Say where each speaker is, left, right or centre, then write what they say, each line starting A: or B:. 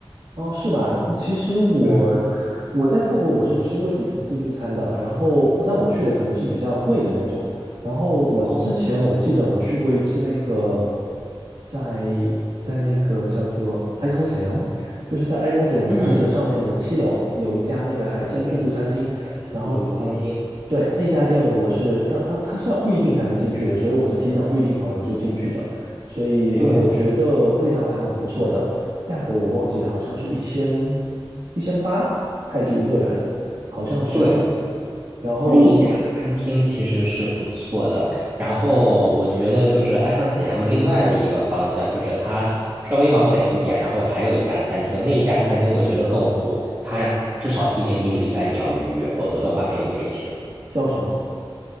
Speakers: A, on the right (about 75°); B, on the right (about 35°).
A: 哦，是吧？其实我我在泰国我是吃过几次自助餐的，
B: 嗯，
A: 然后但我去的可能是比较贵的那种。然后我之前我记得我去过一次那个
B: 哦，
A: 在在那个叫做 Icon 沈阳，就是在 Icon 沈阳它那个上面的七楼有一家那个海鲜自助餐厅，
B: 嗯，对，海滩自助餐厅，
A: 然后对那家店我是当它它是要预定才能进去的，所以我是提早预定好了就进去的，所以我觉得味道还蛮不错的。
B: 对
A: 价格我忘记了，好像是一千一千八泰铢一个人，好像是。
B: 对，嗯
A: 然后
B: 那一家餐厅其实是不错的。然后我觉得就是 Icon CM 另外的一个方向，就是它稍微往北一点，然后还有一家餐厅，那一家餐厅我觉得更火，它至少提前一个礼拜你要预约，否则的话没有位置。
A: 叫什么？